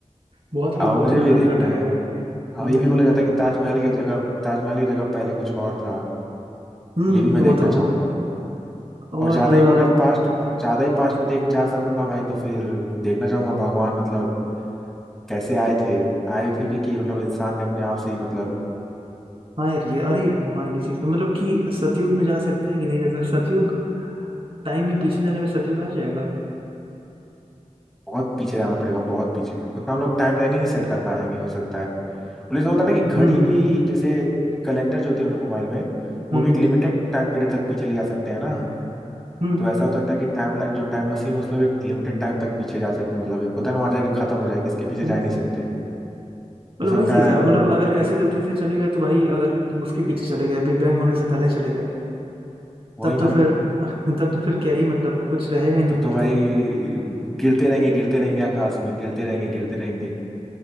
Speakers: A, on the right; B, in the centre.
A: बहुत लोग
B: हाँ
A: बोलते
B: मुझे
A: हैं ना
B: भी
A: हाथ
B: देखना
A: काटा गया
B: है
A: था हम्म
B: हाँ ये भी
A: हम्म
B: बोला जाता
A: हम्म
B: है कि ताजमहल की जगह ताजमहल की जगह पहले कुछ और था
A: हम्म,
B: ये भी मैं
A: वो
B: देखना
A: तो
B: चाहूंगा
A: हो गई और
B: और ज्यादा
A: अ,
B: ही अगर पास्ट ज्यादा ही पास्ट में देख जा सकूंगा भाई तो फिर देखना चाहूंगा भगवान मतलब कैसे आए थे आए थे भी कि मतलब इंसान ने अपने आप से ही मतलब
A: हाँ यार ये अरे हाँ ये चीज मतलब कि सतयुग में जा सकते हैं कि नहीं जा सकते सतयुग टाइम में पीछे जाने पे सतयुग आ जाएगा
B: बहुत पीछे जाना पड़ेगा बहुत पीछे उतना हम लोग टाइम लाइन ही नहीं सेट कर पाएंगे हो सकता है बोले तो होता है ना कि घड़ी
A: हम्म
B: भी जैसे कैलेंडर जो होती है हम लोग मोबाइल में वो
A: हम्म
B: भी एक
A: हम्म
B: लिमिटेड टाइम पीरियड तक पीछे ले जा सकते हैं ना
A: हम्म हम्म।
B: तो ऐसा हो सकता है कि टाइम जो टाइम मशीन है उसमें भी एक लिमिटेड टाइम तक पीछे जा सकते हैं मतलब एक होता है ना वहाँ जाके खत्म हो जाए किसके पीछे
A: हम्म,
B: जा
A: हम्म।
B: ही नहीं सकते
A: मतलब
B: हो सकता
A: वही चीज
B: है
A: है मतलब अगर ऐसे गलती से चले गए तो भाई अगर तुम उसके पीछे चले गए बिग बैंग होने से पहले चले गए
B: वही
A: तब
B: ना
A: तो फिर <laughs> तब तो फिर क्या ही मतलब कुछ रहेगा ही नहीं
B: तब
A: फिर
B: तो भाई
A: तो
B: गिरते रहेंगे गिरते रहेंगे आकाश में गिरते रहेंगे गिरते रहेंगे